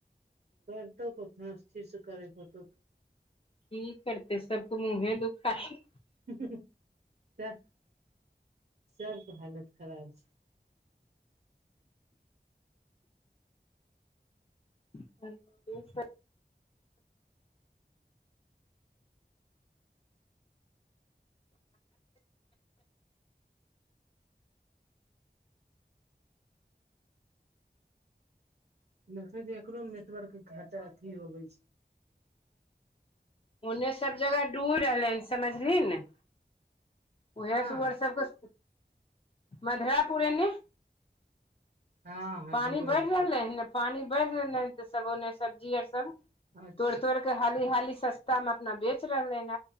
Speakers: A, on the right; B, on the left.
A: करतौ कखनो अस्थिर से करै के होतो
B: कि करते सभके मुँहे दुखाय ह
A: ह सभके हालत खराब छै
B: <unintelligible>
A: देखलिए एकरो मे नेटवर्क अथी होबे छै
B: ह <unintelligible> समझलीही ने उहे
A: कहाँ
B: त ऊ आर सभ के मधरापुर एने
A: हँ हँ
B: पानि
A: डूबै
B: बढ़
A: होतै
B: रहलै हन ने पानी बेढ़ रहलय हन तऽ सभ ओने सब्जी आर सभ
A: अच्छा
B: तोड़े तोड़ के त हाली हाली सस्ता मे अपना बेच रहले हन